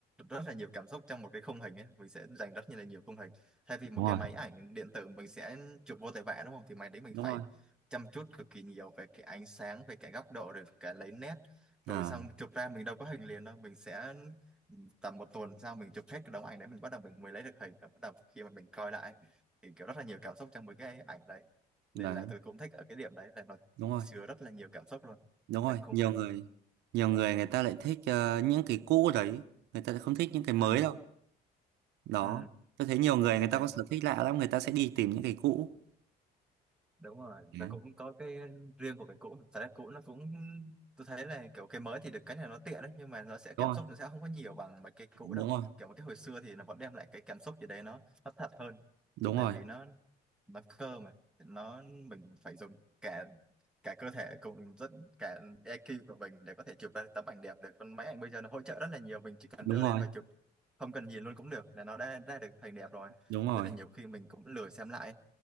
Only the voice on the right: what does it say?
đúng rồi
đúng
rồi
à
đấy
đúng rồi
đúng rồi
nhiều
người nhiều người người ta lại thích ờ, những cái cũ đấy người ta lại không thích những cái mới
đâu đó
tôi thấy nhiều người người ta
có sở thích lạ lắm người ta sẽ đi tìm những cái cũ
Đấy.
đúng
rồi
đúng
rồi
đúng
rồi
đúng
rồi
đúng rồi